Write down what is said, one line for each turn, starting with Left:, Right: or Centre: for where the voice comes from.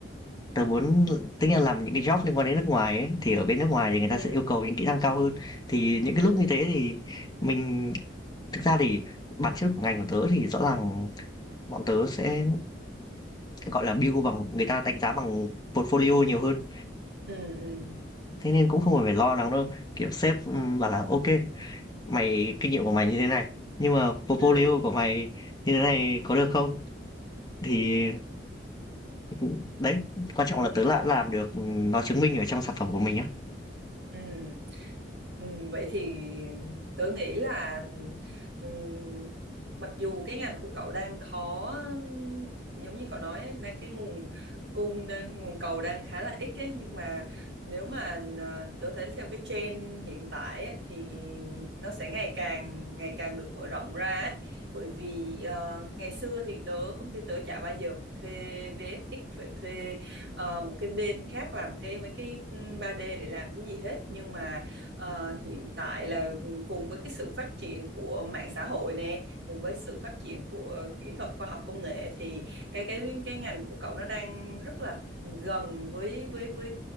Left: tớ muốn tính là làm những cái job liên quan đến nước ngoài ấy, thì ở bên nước ngoài thì người
Right: ừm,
Left: ta sẽ yêu cầu những kỹ năng cao hơn. Thì những cái
Right: ừm,
Left: lúc như thế thì mình thực ra thì bản chất của ngành của tớ thì rõ ràng bọn tớ sẽ, gọi là, build bằng người ta đánh giá bằng portfolio nhiều hơn.
Right: ừm, ừm,
Left: Thế nên cũng không cần phải lo lắng đâu, kiểu sếp, ừm, bảo là ok mày kinh nghiệm của mày như thế này, nhưng mà portfolio
Right: ừm,
Left: của mày như thế này có được không?" Thì ừ, đấy, quan trọng là tớ đã làm được, ừ, nó chứng minh ở trong sản phẩm của mình á.
Right: ừm. Ừ, vậy thì tớ nghĩ là ừm, mặc dù cái ngành của cậu đang khó giống như cậu nói ấy, đang cái nguồn cung đang nguồn cầu đang khá là ít ấy, nhưng mà nếu mà ờ, tớ thấy theo cái trend hiện tại ấy, thì nó sẽ ngày càng ngày càng được mở rộng ra ấy. Bởi vì ờ, ngày xưa thì tớ công ty tớ chả bao giờ phải thuê VFX phải thuê ờ, một cái bên khác làm cái mấy cái ừ, ba d để làm cái gì hết nhưng mà Ờ, hiện tại là cùng với cái sự phát triển của mạng xã hội nè, cùng với sự phát triển của kỹ thuật khoa học công nghệ thì cái cái cái ngành của cậu nó đang rất là gần với với với